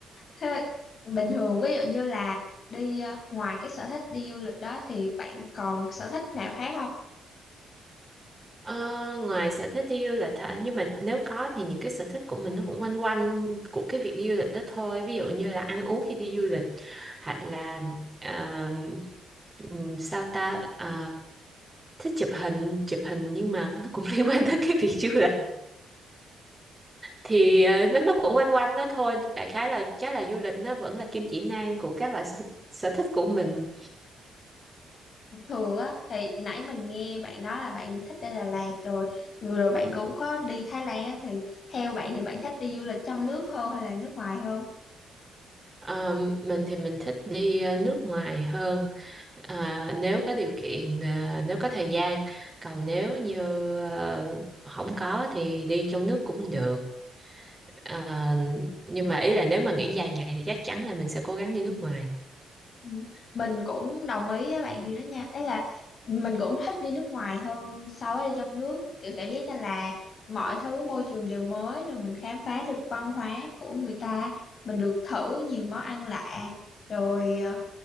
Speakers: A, on the left; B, on the right.
A: thế bình thường ví dụ như là đi ờ, ngoài cái sở thích đi du lịch đó thì bạn còn sở thích nào khác không
B: Ờ, ngoài sở thích đi du lịch hả? Nhưng mà nếu có thì những cái sở thích của mình nó cũng quanh quanh của cái việc đi du lịch đó thôi. Ví dụ như là ăn uống khi đi du lịch hoặc là ờ, ừm, sao ta Ờ, thích chụp hình, chụp hình nhưng mà nó cũng <laughs> liên quan tới cái việc du lịch. Thì ờ, nó nó cũng quanh quanh đó thôi. Đại khái là chắc là du lịch nó vẫn là kim chỉ nam của các loại sở, sở thích của mình.
A: thường á thì nãy mình nghe bạn nói là bạn thích đi Đà Lạt rồi vừa rồi bạn cũng có đi Thái Lan á thì theo bạn thì bạn thích đi du lịch trong nước hơn hay là nước ngoài hơn
B: Ờ, mình thì mình thích đi ờ, nước ngoài hơn Ờ, nếu có điều kiện ờ, nếu có thời gian còn nếu như ờ, không có thì đi trong nước cũng được Ờ, nhưng mà ý là nếu mà nghỉ dài ngày thì chắc chắn là mình sẽ cố gắng đi nước ngoài
A: Ừ, mình cũng đồng ý với bạn điều đó nha ấy là mình cũng thích đi nước ngoài hơn so với đi trong nước kiểu cảm giác như là mọi thứ môi trường đều mới rồi mình khám phá được văn hóa của người ta mình được thử nhiều món ăn lạ rồi ờ,